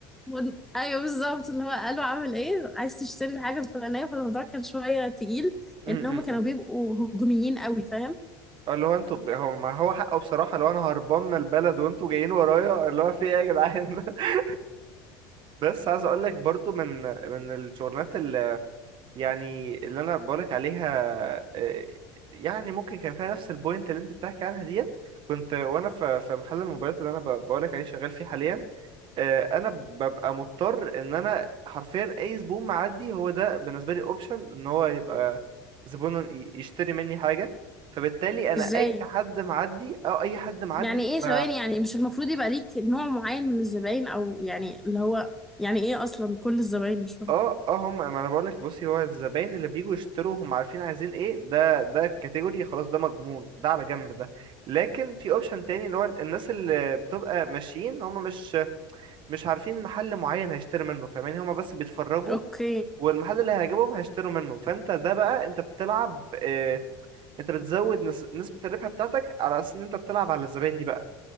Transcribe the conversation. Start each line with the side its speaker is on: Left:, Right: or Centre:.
Centre: ون- ايوه بالظبط اللي هو قالوا عامل ايه عايز تشتري الحاجة الفلانية فالموضوع كان شوية تقيل
Right: امم
Centre: لأن هم كانوا بيبقوا هجوميين قوي فاهم
Right: اللي هو انتوا ب- هو ما هو حقه بصراحة لو انا هربان من البلد وانتوا جايين ورايا اللي هو في ايه يا جدعان <laughs> بس عايز اقول لك برضو من من الشغلانات يعني اللي انا بقولك عليها آه، يعني ممكن كان فيها نفس البوينت اللي انت بتحكي عنها ديت كنت وانا ف- في محل الموبايلات اللي انا ب- بقولك عليه شغال فيه حاليا آه، انا ببقى مضطر ان انا حرفيا اي زبون معدي هو ده بالنسبه لي اوبشن ان هو يبقى زبون ي- يشتري مني حاجه فبالتالي انا
Centre: ازاي
Right: اي حد معدي او اي حد معدي
Centre: يعني ايه ثواني
Right: ف
Centre: يعني مش المفروض يبقى ليك نوع معين من الزباين او يعني اللي هو يعني ايه اصلا كل الزباين مش فاهم
Right: اه اه هم ما انا بقول لك بصي هو الزباين اللي بيجوا يشتروا هم عارفين عايزين ايه ده ده الكاتيجوري خلاص ده مضمون ده على جنب ده لكن في اوبشن تاني اللي هو الناس اللي بتبقى ماشيين هم مش مش عارفين محل معين هيشتري منه فاهماني هم بس بيتفرجوا
Centre: اوكي
Right: والمحل اللي هيعجبهم هيشتروا منه فانت ده بقى انت بتلعب اه انت بتزود نس- نسبة الربح بتاعتك على اساس ان انت بتلعب على الزباين دي بقى